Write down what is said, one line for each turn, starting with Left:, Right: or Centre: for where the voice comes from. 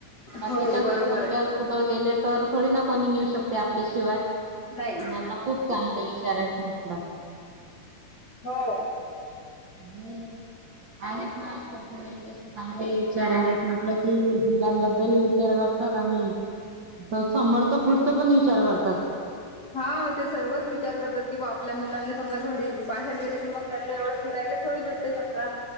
Right: बाकीच्या
Left: हो
Right: घरी
Left: बरोबर
Right: समजा
Left: आहे.
Right: कुठं गेले तर थोडी ना कोणी नेऊ शकते आपल्याशिवाय
Left: नाही
Right: मला खूप चांगले विचार आहेत म्हटलं
Left: हो
Right: हम्म आणि ना खूप जण अस चांगले विचार विचार आहेत म्हटलं कि मुलांबद्दलही विचार करतात आणि तर समोरच पुढचा पण विचार करतात
Left: हा ते सर्वच विचार करतात की बा आपल्या मुलांना समजा घरी बाहेर गेले की मग त्याला एवढं फिरायला थोडी भेटते समजा